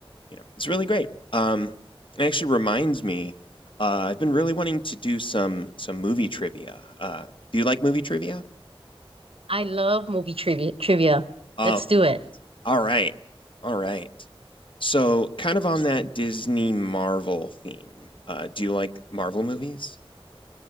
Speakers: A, on the left (about 60°); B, on the right (about 70°).
A: you know, it's really great. Um, it actually reminds me, uh, I've been really wanting to do some some movie trivia. Uh, do you like movie trivia?
B: I love movie trivia trivia.
A: Oh,
B: Let's do it.
A: all right, all right. So, kind of on that Disney Marvel theme, uh, do you like Marvel movies?